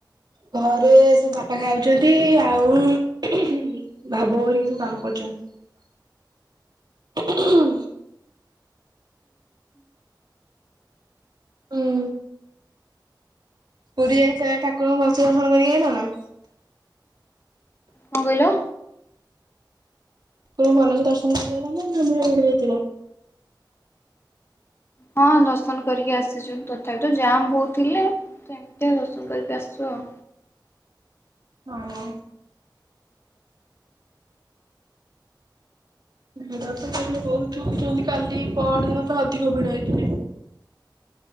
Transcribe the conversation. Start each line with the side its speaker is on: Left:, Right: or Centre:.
Right: ଘରେ ସେ ବାପା ଖାଉଛନ୍ତି ଆଉ ଭାବ କରରିକି ସବୁ କାମ କରୁଛନ୍ତି। ହୁଁ ପରୀ ଯାଇଥିଲ ଯା ଠାକୁରଙ୍କୁ ର୍ଦଶନ ଫଶନ କରିକି ଆାଇଲ ନା।
Left: କଣ କହିଲ?
Right: ତୁମେ ଭଲସେ ଦର୍ଶନ କରିକି ଆଇଲ ନା ନା ଭିଡା଼ଭିଡି଼ରେ ଥିଲ।
Left: ହଁ ଦର୍ଶନ କରିକି ଆସିଛୁ ତଥାପି ତ ଜାମ୍ ବୋହୁତ ଥିଲେ। ସେମିତି ଦର୍ଶନ କରିକି ଆସିଛୁ ଆଉ।
Right: ହଁ। ଭିଡ ତ ବହୁତଛନ୍ତି କାଲି ପହରଦିନ ତ ଅଧିକ ଭିଡ ହେଇଥିଲେ।